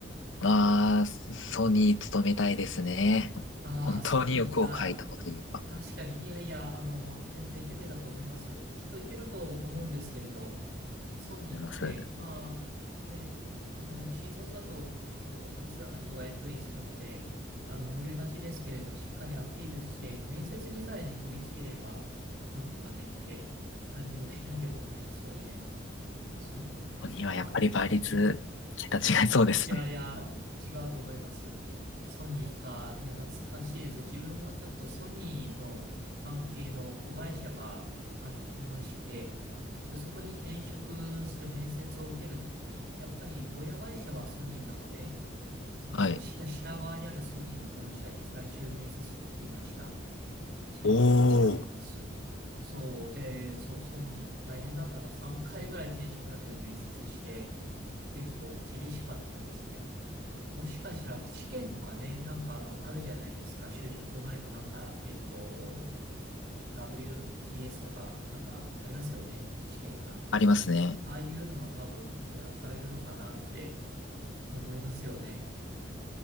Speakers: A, on the left; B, on the right.
A: ああ、ソニー勤めたいですね。
B: ああ、
A: 本当に欲を書いたこと言えば。
B: ソニーか。確かに、
A: あ
B: いやいや、あの、全然夢だと思いますよ。きっといけると思うんですけれど、ソニーって、
A: りがとうございます。
B: まあ、ね、あの、新卒だと結構たくさんの人がエントリーするので、あの、漏れがちですけれど、しっかりアピールして、面接にさえねこぎつければ、なんとかねって感じもしないでもないですよね。ソニーか。
A: ソニーはやっぱり倍率、
B: か、そう
A: 桁違いそうですね。
B: なんか、いやいや、違うと思います。ソニーか、いや、懐かしいです。自分もちょっとソニーの関係の子会社がありまして、で、そこに転職する面接を受けるときに、やっぱり親会社はソニーなので、その下、
A: はい。
B: 下側にあるソニーの本社に最終面接に行きました。そういうことがあります。
A: おー。
B: そうで、そう、ソニー大変だったな。3回ぐらい転職だけど面接して、結構厳しかったですね。もしかしたら試験とかね、なんかあの、あるじゃないですか。就職前のなんか、えっと、WPS とか、なんかありますよね。試験が。
A: ありますね。
B: ああいうのも多分やらされるのかなって思いますよね。